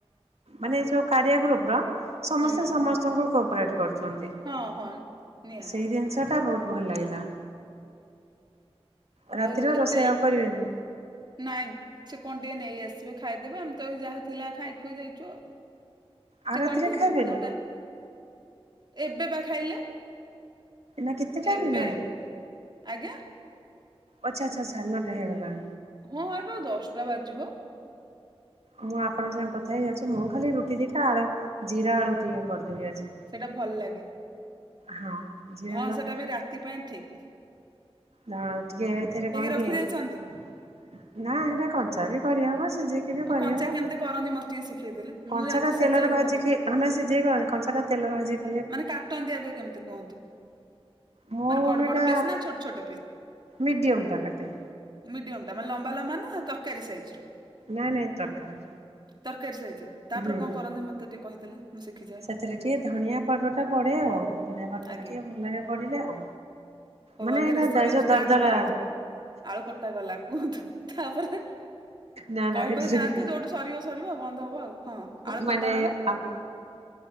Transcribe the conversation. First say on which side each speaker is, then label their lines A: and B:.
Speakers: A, on the right; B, on the right.
A: ମାନେ ଯୋଉ କାରି ଗ୍ରୁପ୍ ର ସମସ୍ତେ
B: ହୁଁ
A: ସମସ୍ତଙ୍କୁ କୋପରେଟ୍ କରୁଚନ୍ତି।
B: ହଁ, ହଁ। ନିହାତି
A: ସେଇ ଜିନିଷ ଟା ବହୁତ୍ ଭଲ ଲାଗିଲା। ରାତିର
B: ଆଉ
A: ରୋଷେଇ
B: ଏତେ
A: ଆଉ କରିବେନି
B: ନାଇଁ। ସେ କଣ ଟିକେ ନେଇ ଆସିବେ ଖାଇଦେବେ। ଆମେ ତ ଯାହା ଥିଲା ଖାଇ ଖୁଇ ଦେଇଚୁ ଆଉ।
A: ଆଉ
B: ସେ
A: ରାତିରେ
B: କଣ କି
A: ଖାଇବେନି
B: ଭାତ ଟା ଏବେ ବା ଖାଇଲେ।
A: ନା କେତେ ଟାଇମ୍
B: ଏବେ
A: ହେଲାଣି କି?
B: ଆଜ୍ଞା
A: ଆଚ୍ଛା, ଆଚ୍ଛା ସାଢେ଼ ନଅଟା ହେଇଗଲା।
B: ହଁ, ଏବେ ବା ଦଶଟା ବାଜିବ।
A: ମୁଁ ଆପଣଙ୍କ ସାଙ୍ଗେ କଥା ହେଇଯାଉଚି। ମୁଁ ଖାଲି ରୁଟି ଦିଟା ଆଳୁ ଜିରା ଆଳୁ ଟିକେ କରିଦେବି ଆଜି।
B: ସେଇଟା ଭଲ ଲାଗେ।
A: ହଁ ଜିରା
B: ହଁ ସେଟା ବି ରାତି ପାଇଁ ଠିକ୍।
A: ହଁ ଟିକେ ଏଥିରେ କଣ
B: ରଖିଦେଇଛନ୍ତି।
A: କି ନା, ହେଟା କଞ୍ଚା ବି କରିହବ। ସିଝେଇକି ବି
B: ଓ
A: କରିହବ।
B: କଞ୍ଚା କେମିତି କରନ୍ତି ମତେ ଟିକେ ଶିଖେଇଦେଲେ ମୁଁ
A: କଞ୍ଚାଟା
B: ଜାଣିଛି ସିଝେଇକି
A: ତେଲରେ ଭାଜିିକି
B: ତ କର
A: ନାଇଁ ସିଝେଇକି କର କଞ୍ଚାଟା ତେଲରେ ଭାଜି
B: ମାନେ କାଟନ୍ତି ଆଗେ କେମିତି କୁହନ୍ତୁ?
A: ମୁଁ
B: ମାନେ ବଡ
A: ହେଟା
B: ବଡ ପିସ୍ ନା ଛୋଟ ଛୋଟ
A: ମିଡିୟମ ଟା କାଟେ।
B: ମିଡ଼ିୟମ ଟା ମାନେ ଲମ୍ବା ଲମ୍ବା ନା ତରକାରୀ ସାଇଜ୍ ର?
A: ନାଇଁ ନାଇଁ ତରକାରୀ।
B: ତରକାରୀ ସାଇଜ୍ ର। ତାପରେ
A: ହୁଁ।
B: କଣ କରନ୍ତି ମତେ ଟିକେ କହିଦେଲେ ମୁଁ ଶିଖିଯାଏ
A: ସେଥିରେ ଟିକେ ଧଣିଆ ପାଉଡ଼ରଟା ପଡେ ଆଉ। ଧଣିଆ ଅଦା
B: ଆଜ୍ଞା।
A: ଟା ଟିକେ ଭଲ ଲାଗେ ପଡ଼ିଲେ ଆଉ।
B: ହଉ
A: ମାନେ
B: ଆଗେ
A: ଏଇଟା
B: ରେସିପି
A: ଦ ଯୋଉ
B: ଷ୍ଟାର୍ଟ
A: ଦରଦରା
B: କରନ୍ତୁ। ଆଳୁ କଟା ଗଲା କୁହନ୍ତୁ ତାପରେ
A: ନା ନା
B: କହି
A: ଏଇଟା
B: କହି ଯାଆନ୍ତୁ ଯୋଉଠୁ ସରିବ ସରିବ ଆଉ ବନ୍ଦ ହବ ଆଉ। ହଁ ଆଳୁ
A: ମାନେ
B: କଟାଗଲା।
A: ଆମ